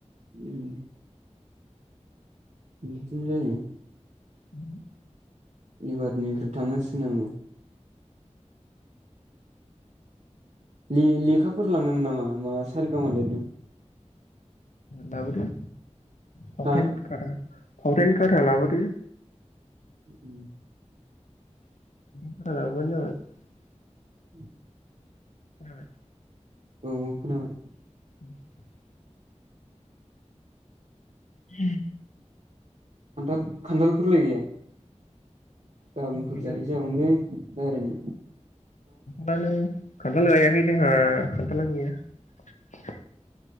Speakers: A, on the right (about 70°); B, on the left (about 90°).
A: ओम बिदिनो जायो।
B: उ <inaudible>
A: एबारनिफ्राय थांनांसिगोन आङो। ले-लेखाफोर लांनांगोन नामा मा सा-रि-गा-मा लिरनो।
B: दा बोरो फावथेन
A: हा
B: खारा फावथेन खाथा लाबोदो।
A: <inaudible>
B: <unintelligible>
A: उ <inaudible>
B: खोनाबाय?
A: औ औ खोनाबाय।
B: उ <inaudible> उम
A: खान्थाल खान्थालफोरलाय गैया।
B: खान्थाल
A: गाबोनफोर जायै जागौलै रायरायायनो।
B: मानो। खान्थाल गायाखै जोंहा खान्थालानो गैया